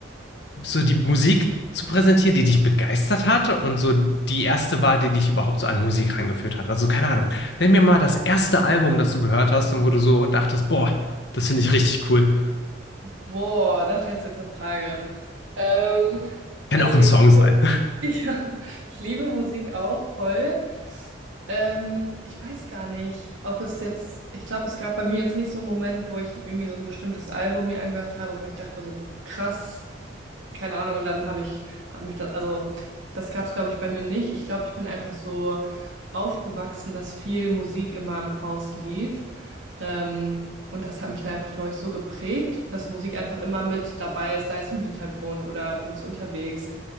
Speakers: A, on the left (about 60°); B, on the right (about 80°).
A: so die Musik zu präsentieren, die dich begeistert hat und so die erste war, die dich überhaupt so an Musik rangeführt hat. Also, keine Ahnung, nenn mir mal das erste Album, das du gehört hast und wo du so dachtest, boah, das finde ich richtig cool.
B: Boah, da fällt jetzt eine Frage. Ähm,
A: Kann
B: also
A: auch ein
B: ich
A: Song sein.
B: liebe, <laughs> ich, ich liebe Musik auch voll. Ähm, ich weiß gar nicht, ob es jetzt, ich glaube, es gab bei mir jetzt nicht so einen Moment, wo ich irgendwie so ein bestimmtes Album mir angehört habe, wo ich dachte so, krass, keine Ahnung. Und dann habe ich, habe mich da, also das gab es, glaube ich, bei mir nicht. Ich glaube, ich bin einfach so aufgewachsen, dass viel Musik immer im Haus lief. Ähm, und das hat mich da einfach, glaube ich, so geprägt, dass Musik einfach immer mit dabei ist, sei es im Hintergrund oder du bist unterwegs.